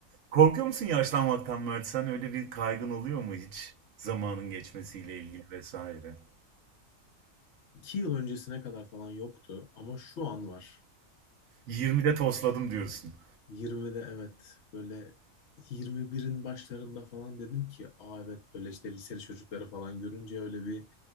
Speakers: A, on the right; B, on the left.
A: Korkuyor musun yaşlanmaktan Mert sen? Öyle bir kaygın oluyor mu hiç? Zamanın geçmesiyle ilgili vesaire.
B: İki yıl öncesine kadar falan yoktu ama şu an var.
A: 20'de tosladım diyorsun.
B: yirmide evet böyle yirmi birin başlarında falan dedim ki aa evet böyle işte liseli çocukları falan görünce öyle bir